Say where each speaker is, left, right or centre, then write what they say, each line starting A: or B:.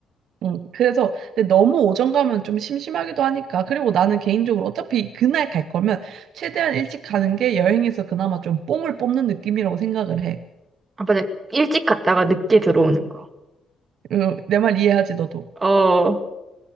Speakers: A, on the right; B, on the right.
A: 응. 그래서 근데 너무 오전 가면 좀 심심하기도 하니까. 그리고 나는 개인적으로 어차피 그날 갈 거면 최대한 일찍 가는 게 여행에서 그나마 좀 뽕을 뽑는 느낌이라고 생각을 해.
B: 아, 맞아. 일찍 갔다가 늦게 들어오는 거.
A: 그 내말 이해하지, 너도.
B: 어,